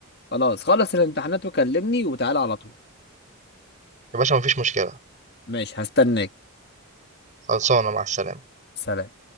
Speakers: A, on the left; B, on the right.
A: خلاص خلص الامتحانات وكلمني وتعالى على طول
B: يا باشا ما فيش مشكلة،
A: ماشي هستناك
B: خلصانة مع السلامة.
A: سلام